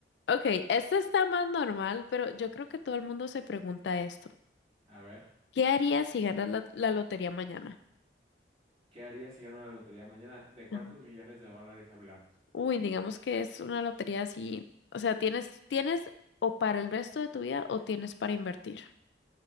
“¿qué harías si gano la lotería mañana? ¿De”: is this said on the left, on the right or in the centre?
Right